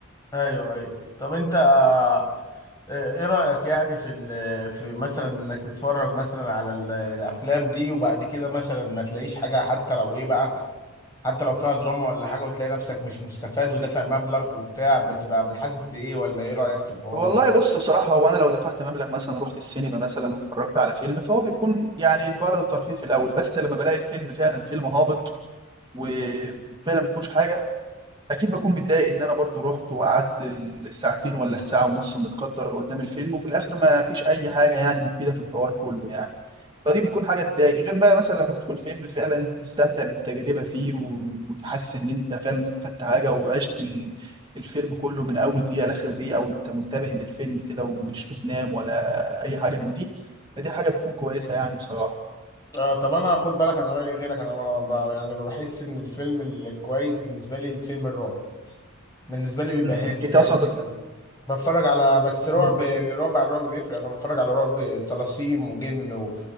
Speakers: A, on the left; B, on the right.
A: ايوه ايوه طب انت آه، ايه رأيك يعني في ال- في مثلا انك تتفرج مثلا على ال- الافلام دي وبعد كده مثلا ما تلاقيش حاجة حتى لو ايه بقى حتى لو فيها دراما ولا حاجة وتلاقي نفسك مش مستفاد ودافع مبلغ وبتاع بتبقى بتحسس بإيه ولا إيه رأيك في الحوار
B: والله
A: ده؟
B: بص بصراحة هو أنا لو دفعت مبلغ مثلا رحت السينما مثلا واتفرجت على فيلم فهو بيكون يعني بغرض الترفيه في الأول بس لما بلاقي الفيلم فعلا فيلم هابط وفعلا ما فيهوش حاجة اكيد بكون متضايق ان انا برضو رحت وقعدت الساعتين ولا الساعه ونص متقدر قدام الفيلم وفي الاخر ما فيش اي حاجه يعني مفيده في الحوار كله يعني فدي بتكون حاجه تضايق غير بقى مثلا لما تدخل فيلم فعلا تستمتع بالتجربه فيه و- وتحس ان انت فعلا استفدت حاجه وعشت ال- الفيلم كله من اول دقيقه لاخر دقيقه وانت منتبه للفيلم كده ومش بتنام ولا اي حاجه من دي فدي حاجه بتكون كويسه يعني بصراحه
A: آه طب انا خد بالك انا رايي غيرك انا ما ب- يعني ما بحس ان الفيلم الكويس بالنسبه لي الفيلم الرعب بالنسبه لي بيبقى
B: أمم،
A: هادف
B: انت
A: يعني
B: اصلا
A: بيبقى
B: بت...
A: بتفرج على بس رعب
B: بت...
A: رعب على الرعب بيفرق انا بتفرج على رعب طلاسيم وجن و...